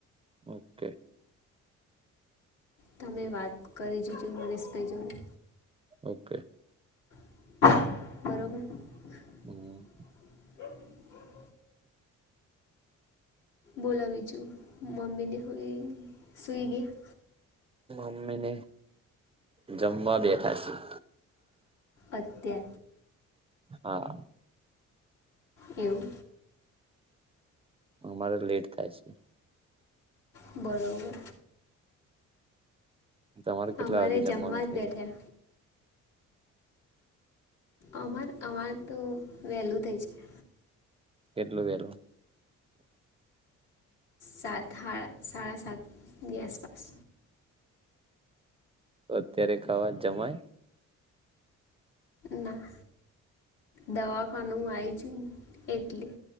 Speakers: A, on the right; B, on the left.
A: ઓકે
B: તમે વાત કરી જોજો મનીષભાઈ જોડે
A: ઓકે
B: બરોબર.
A: હમ
B: બોલા વીજું મમ્મીને <unintelligible> સુઈ ગયા?
A: મમ્મી ને જમવા બેઠા સી.
B: અત્ય
A: હા.
B: એઉ
A: અમારે લેટ થાય છે.
B: બરોબર.
A: તમારે કેટલા
B: અમારે
A: વાગે
B: જમવા
A: જમવાનું
B: જ
A: થઈ
B: બેઠા
A: જાય?
B: અમાર અમારે તો વેલું થઈ જાય.
A: કેટલું વેલુ?
B: સાત હડા સાડા સાતની આસપાસ.
A: તો અત્યારે ખાવા જમાય?
B: ના. દવાખાનું <unintelligible> એટલી